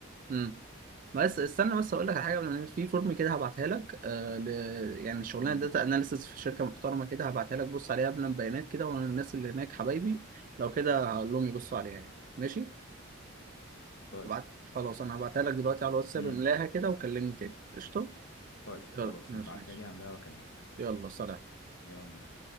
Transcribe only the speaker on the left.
امم
طيب
امم
طيب خلاص
ابعتها
لي هملاها واكلمك
يلا بينا